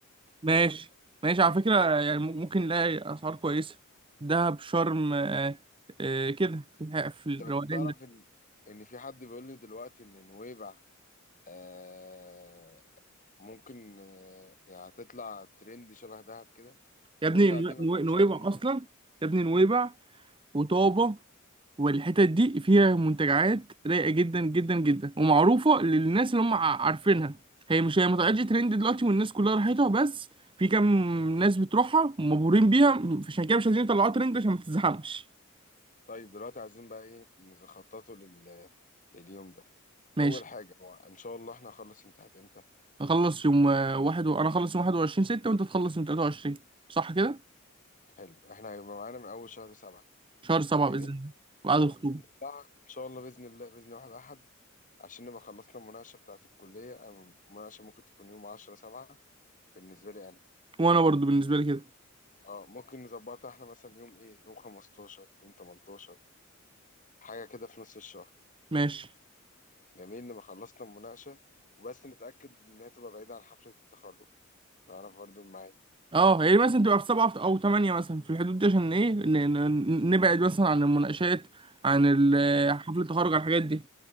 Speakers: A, on the right (about 25°); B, on the left (about 40°).
A: ماشي
B: <laughs>
A: ماشي على فكره يعني مم- ممكن نلاقي اسعار كويسه دهب شرم آه، آه، كده في الح- في الروقان
B: طب انت تعرف ان ان في حد بيقول لي دلوقتي ان نويبع آه ممكن آه يعني هتطلع ترند شبه دهب كده
A: يا ابني
B: نويبع
A: نو-
B: دي ما
A: نو-
B: بين
A: نويبع
B: شرم و...
A: اصلا يا ابني نويبع وطابة والحتت دي فيها منتجعات رايقة جدا جدا جدا ومعروفة للناس اللي هم ع- عارفينها هي مش هي ما طلعتش ترند دلوقتي والناس كلها راحتها بس في كام ناس بتروحها مبهورين بيها عشان كده مش عايزين يطلعوها ترند عشان ما تتزحمش
B: طيب دلوقتي عايزين بقى ايه نخططه لل... لليوم ده
A: ماشي
B: اول حاجة هو ان شاء الله احنا هنخلص امتحانات امتى
A: اخلص يوم آه، واحد و... انا اخلص يوم 21 6 وانت تخلص يوم 23 صح كده
B: حلو احنا هيبقى معانا من اول شهر سبعة
A: شهر 7
B: جميل
A: بإذن الله بعد
B: اه
A: الخطوبة
B: نطلع ان شاء الله باذن الله باذن واحد احد عشان نبقى خلصنا المناقشة بتاعة الكلية أم- المناقشة ممكن تكون يوم عشرة سبعة بالنسبة لي أنا
A: وانا برضو بالنسبة لي كده
B: اه ممكن نظبطها احنا مثلا يوم ايه يوم خمستاشر يوم تمنتاشر حاجة كده في نص الشهر
A: ماشي
B: جميل نبقى خلصنا المناقشة وبس نتأكد إنها تبقى بعيدة عن حفلة التخرج نعرف برضو الميعاد
A: اه يعني مثلا تبقى في سبعة او تمانية مثلا في الحدود دي عشان ايه ن- ن- نبعد مثلا عن المناقشات عن ال- آه، حفلة التخرج عن الحاجات دي